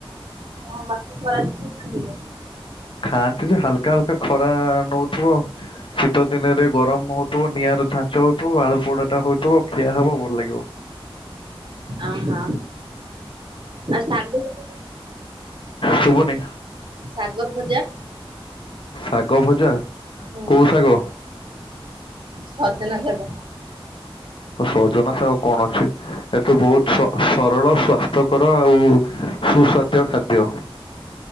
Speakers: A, on the right; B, on the left.
A: ହଁ ବାକି ଖରା ଦିନେ ଖାଆନ୍ତିନି।
B: ଖାଆନ୍ତି ଯେ ହାଲକା ହାଲକା ଖରା ନଉଥିବ ଆ। ଶୀତ ଦିନରେ ଗରମ ହଉଥିବ, ନିଆର ଝାଞ୍ଚ ହଉଥିବ ଆଳୁ ପୋଡା ଟା ହଉଥିବ ଖିଆ ହବ ଭଲ ଲାଗିବ।
A: ଅ ହଁ ଆ ସା <unintelligible>
B: ଶୁଭୁନି।
A: ଶାଗ ଭଜା।
B: ଶାଗ ଭଜା,
A: ହୁଁ
B: କୋଉ ଶାଗ?
A: ସଜନା ଶାଗ।
B: ସଜନା ସାାଗ କଣ ଅଛି? ଏତ ବହୁତ ସରଳ ସ୍ୱାସ୍ଥ୍ୟ, କର ଆଉ ସୁସ୍ୱାଦ୍ୟ ଖାଦ୍ୟ।